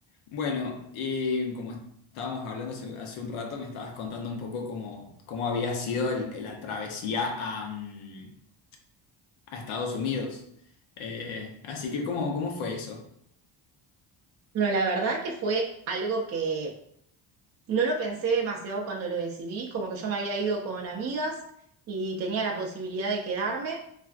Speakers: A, on the left; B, on the right.
A: Bueno, y como estábamos hablando hace, hace un rato, me estabas contando un poco cómo, cómo había sido el- la travesía a, mm, a Estados Unidos. Eh, así que, ¿cómo, cómo fue eso?
B: No, la verdad que fue algo que no lo pensé demasiado cuando lo decidí, como que yo me había ido con amigas y tenía la posibilidad de quedarme